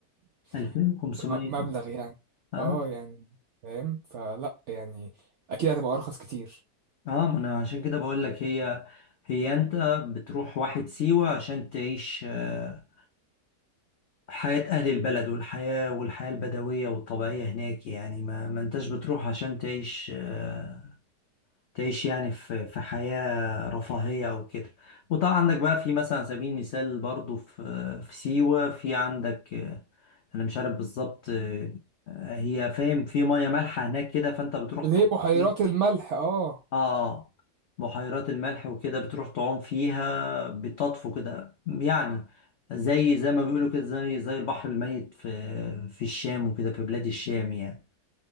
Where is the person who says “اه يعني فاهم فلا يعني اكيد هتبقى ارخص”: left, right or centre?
Right